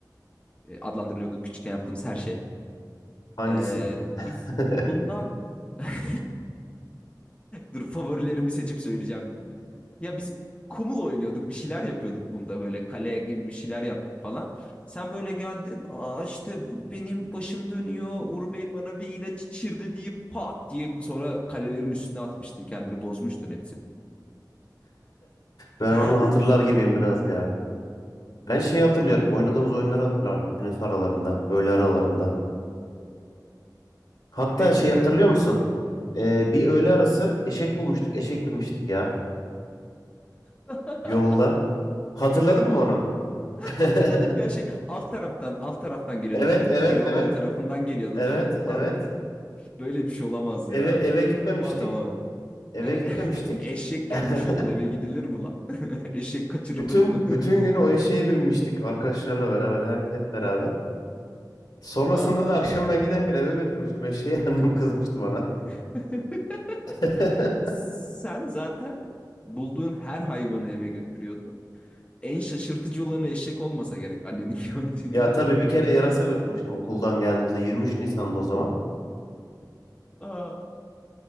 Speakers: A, on the left; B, on the left.
A: e, adlandırılıyordu küçükken yaptığımız her şey.
B: Hangisi?
A: Ee,
B: <laughs>
A: biz kumdan <laughs> dur favorilerimi seçip söyleyeceğim şimdi. Ya biz kumul oynuyorduk, bir şeyler yapıyorduk kumda böyle kale gibi bir şeyler yap falan. Sen böyle geldin, aa işte benim başım dönüyor, Uğur Bey bana bir ilaç içirdi diye pat diye sonra kalelerin üstüne atmıştın kendini bozmuştun hepsini.
B: Ben
A: <laughs>
B: onu hatırlar gibiyim biraz ya. Ben şeyi hatırlıyorum. Oynadığımız oyunları hatırlardım. Teneffüs aralarında, öğle aralarında. Hatta
A: Ne mesela?
B: şey hatırlıyor musun? Ee, bir öğle arası eşek bulmuştuk. Eşek binmiştik ya
A: <laughs>
B: yolda. Hatırladın mı onu? <laughs>
A: Hatırladım ya şey alt taraftan alt taraftan geliyordu
B: Evet,
A: okulun.
B: evet,
A: Pelivanoğlu
B: evet.
A: tarafından geliyordu
B: Evet,
A: değil mi?
B: evet.
A: Ulan Böyle bir şey olamaz
B: Eve
A: ya.
B: eve gitmemiştik.
A: Ma tamamen.
B: Eve
A: E,
B: gitmemiştik.
A: <laughs> eşek
B: <laughs>
A: gelmiş oğlum eve gidilir mi lan? <laughs> Eşek kaçırılır
B: Bütün
A: mı?
B: bütün günü o eşeğe binmiştik arkadaşlarla beraber hep hep beraber. Sonrasında
A: <laughs> Aa.
B: da akşam ben giderken eve götürmüştüm eşeği. <laughs> Annem kızmıştı bana.
A: <laughs>
B: <laughs>
A: Sen zaten bulduğun her hayvanı eve götürüyordun. En şaşırtıcı olanı eşek olmasa gerek annenin <laughs> gördüğü.
B: Ya tabii bir kere yarasa götürmüştüm okuldan geldiğimizde 23 Nisan'da o zaman.
A: Aa.